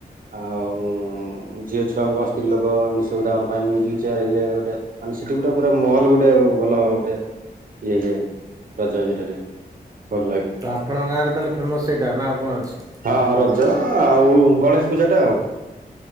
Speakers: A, on the right; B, on the right.
A: ଆଉ ଝିଅ ଛୁଆଙ୍କ ସ୍ତ୍ରୀ ଲୋକ ଏମିତି ସବୁ ତାଙ୍କର ପାଇଁ ମ୍ୟିଜିକ୍ ଚେୟାର ଇଏ ଗୋଟେ ମାନେ ସେଠି ଗୋଟେ ପୁରା ମହଲ ଗୋଟେ ଭଲ ଗୋଟେ ଇଏ ହେଇଯାଏ ରଜ ଇଏଟାରେ ଭଲ ଲା
B: ତ ଆପଣଙ୍କ ଗାଁରେ ତାହେଲେ ଫେମସ୍ ସେଇଟା ନାଆଉ କଣ ଅଛି?
A: ହଁ ରଜ ଆଉ ଗଣେଶ ପୂଜାଟା ଆଉ।